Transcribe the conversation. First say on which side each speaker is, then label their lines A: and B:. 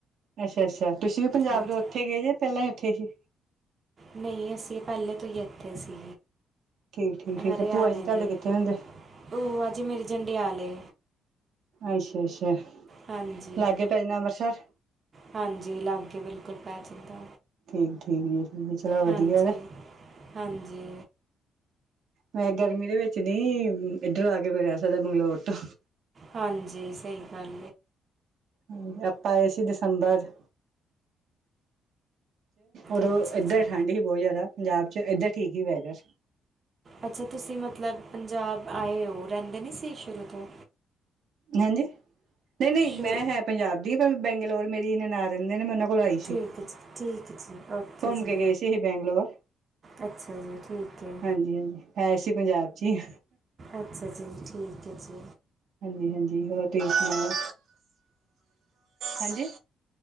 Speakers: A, on the right (about 70°); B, on the right (about 45°).
A: ਅੱਛਾ, ਅੱਛਾ ਤੁਸੀਂ ਵੀ ਪੰਜਾਬ
B: ਹਾਂਜੀ
A: ਤੋਂ ਉੱਥੇ ਗਏ ਜੇ ਪਹਿਲਾਂ ਹੀ ਉੱਥੇ ਸੀ
B: ਨਹੀਂ ਅਸੀਂ ਪਹਿਲੇ ਤੋਂ ਹੀ ਇੱਥੇ ਸੀ
A: ਠੀਕ -ਠੀਕ- ਠੀਕ
B: ਹਰਿਆਣੇ
A: ਭੂਆ ਜੀ ਤੁਹਾਡੇ
B: ਦੇ
A: ਕਿੱਥੇ ਰਹਿੰਦੇ
B: ਭੂਆ ਜੀ ਮੇਰੇ ਜੰਡਿਆਲੇ
A: ਅੱਛਾ, ਅੱਛਾ
B: ਹਾਂਜੀ
A: ਲਾਗੇ ਪੈ ਜਾਣਾ ਅੰਮ੍ਰਿਤਸਰ
B: ਹਾਂਜੀ, ਲਾਗੇ ਬਿਲਕੁਲ ਪੈ ਜਾਂਦਾ
A: ਠੀਕ- ਠੀਕ ਜੀ ਚਲੋ ਵਧੀਆ
B: ਹਾਂਜੀ
A: ਤੇ
B: ਹਾਂਜੀ
A: ਮੈਂ ਗਰਮੀ ਦੇ ਵਿੱਚ ਨੀ, ਇੱਧਰ ਆ ਕੇ ਕੋਈ ਰਹਿ ਸਕਦਾ ਬੰਗਲੋਰ ਤੋਂ
B: ਹਾਂਜੀ ਸਹੀ ਗੱਲ
A: ਹਾਂ ਆਪਾਂ ਆਏ ਸੀ ਦਸੰਬਰ ਉਦੋ
B: ਅੱਛਾ
A: ਏਧਰ
B: ਜੀ
A: ਠੰਢ ਹੀ ਬਹੁਤ ਜ਼ਿਆਦਾ। ਪੰਜਾਬ ਚ ਇਧਰ ਠੀਕ ਹੀ ਵੈਦਰ।
B: ਅੱਛਾ। ਤੁਸੀਂ ਮਤਲਬ ਪੰਜਾਬ ਆਏ ਹੋ ਰਹਿੰਦੇ ਨਹੀਂ ਸੀ ਸ਼ੁਰੂ ਤੋਂ।
A: ਹਾਂਜੀ। ਨਹੀਂ- ਨਹੀਂ ਮੈਂ
B: ਸ਼ੁਰੂ
A: ਹੈ ਪੰਜਾਬ ਦੀ, ਪਰ ਬੈਂਗਲੋਰ ਮੇਰੀ ਨਨਾਨ ਰਹਿੰਦੇ ਨੇ ਮੈਂ ਉਹਨਾਂ ਕੋਲੋਂ ਆਈ।
B: ਠੀਕ ਹੈ ਜੀ ਠੀਕ ਹੈ ਜੀ ਓਕੇ
A: ਘੁੰਮ
B: ਜੀ
A: ਕੇ ਗਏ ਸੀ ਹੀ ਬੈਂਗਲੋਰ।
B: ਅੱਛਾ ਜੀ, ਠੀਕ ਹੈ।
A: ਹਾਂਜੀ- ਹਾਂਜੀ ਹੈ ਅਸੀ ਪੰਜਾਬ 'ਚ ਹੀ।
B: ਅੱਛਾ ਜੀ, ਠੀਕ ਹੈ ਜੀ।
A: ਹਾਂਜੀ- ਹਾਂਜੀ ਹੋਰ ਤੁਸੀਂ ਸੁਣਾਓ? ਹਾਂਜੀ।